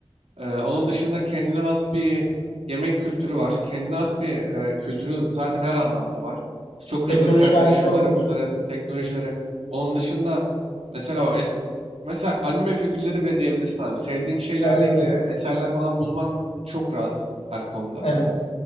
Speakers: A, on the right; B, on the left.
A: Ee, onun dışında kendine has bir yemek kültürü var. Kendine has bir e, kültürü zaten her anlamda var. Çok
B: Teknolojik
A: hızlı trenleri,
B: aletler
A: şunları,
B: ucuz.
A: bunları, teknolojilere. Onun dışında mesela o es mesela anime figürleri bile diyebilirsin abi. Sevdiğin şeylerle
B: Evet,
A: ilgili
B: evet,
A: eserler falan bulman çok rahat her konuda.
B: evet.